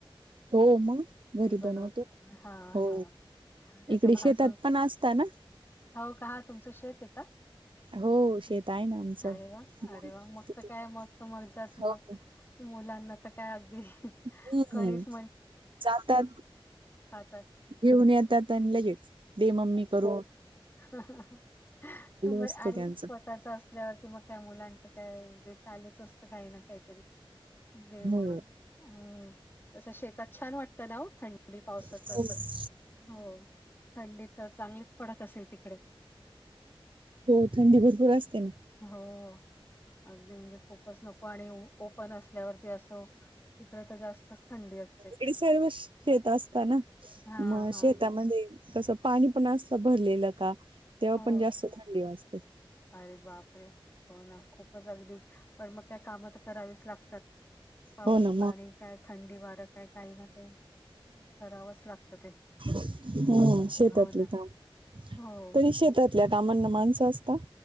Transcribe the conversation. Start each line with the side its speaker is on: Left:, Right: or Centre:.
Right: हो मग घरी
Left: बनवून
Right: बनवतो
Left: हां,
Right: हो
Left: हां. त्याचं
Right: इकडे
Left: भाजून
Right: शेतात पण असता ना.
Left: हो का तुमचं शेत आहे का?
Right: हो शेत आहे ना आमचं
Left: अरे वा
Right: मग
Left: अरे वा मगत
Right: तिथे
Left: काय
Right: पण
Left: मग मग जाच
Right: हो
Left: मग मुलांना तर काय अगदी
Right: हम्
Left: कणीस
Right: जात.
Left: हा तर
Right: घेऊन येतात आणि लगेच दे मम्मी करू.
Left: बर
Right: असतो
Left: आणि
Right: त्यांचं
Left: स्वतः असल्यावरती मग त्या मुलांचं काय चालूच असतं काही ना काहीतरी दे
Right: हो
Left: मडम हम् तसं शेतात छान वाटत ना हो थंडी पावसाच
Right: हम्म
Left: असं हो. थंडी तर चांगलीच पडत असेल तिकडे.
Right: हो थंडी भरपूर असते ना.
Left: हो अगदी म्हणजे खूपच न पाणी ओपन असल्यावरती असं. तिकडे तर जास्तच थंडी असते.
Right: वडी साड व शेत असत ना
Left: हां,
Right: मग
Left: हां.
Right: शेतामध्ये कसं पाणी पण असत भरलेलं का तेव्हा
Left: हो.
Right: पण जास्त थंडी वाजते.
Left: अरे बाप रे हो ना खूपच अगदी पण मग काय काम तर करावीच लागतात. पाऊस
Right: हो ना
Left: आणि काय थंडी वार काय काही ना का? करावच लागतं ते
Right: हम् शेतातली
Left: हो ना.
Right: काम
Left: हो.
Right: तरी शेतातल्या कामांना माणसं असत.